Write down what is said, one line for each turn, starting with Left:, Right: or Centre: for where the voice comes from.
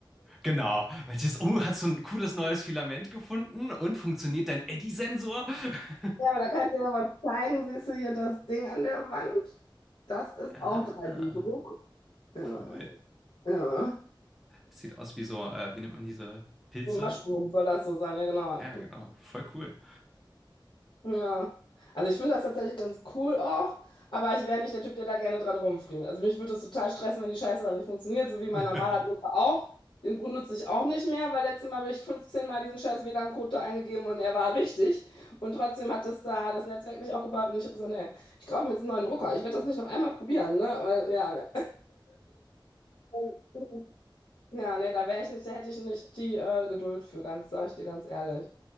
Centre: Genau. Jetzt, oh, hast du ein cooles neues Filament gefunden und funktioniert dein Eddy-Sensor? <laughs>
Left: Ja, aber da kann ich dir mal was zeigen. Siehst du hier das Ding an der Wand? Das ist
Centre: Ah,
Left: auch 3D-Druck. Ja,
Centre: cool.
Left: ja.
Centre: Sieht aus wie so, äh, wie nennt man diese Pilze?
Left: So ein Mushroom soll das so sein, ja, genau.
Centre: Ja, genau. Voll cool.
Left: Ja, also ich finde das tatsächlich ganz cool auch, aber ich wäre nicht der Typ, der da gerne dran rumfriemelt. Also mich würde es total stressen, wenn die Scheiße dann nicht funktioniert, so wie mein
Centre: <laughs>
Left: normaler Drucker auch. Den benutze ich auch nicht mehr, weil letztes Mal habe ich 15 Mal diesen scheiß WLAN-Code da eingegeben und er war richtig. Und trotzdem hat das da das Netzwerk nicht aufgebaut und ich habe gesagt, nee, ich kaufe mir jetzt einen neuen Drucker. Ich werde das nicht noch einmal probieren, ne? Weil, ja, ne. <laughs> Ja, nee, da wäre ich nicht, da hätte ich nicht die äh, Geduld für, ganz, sage ich dir ganz ehrlich.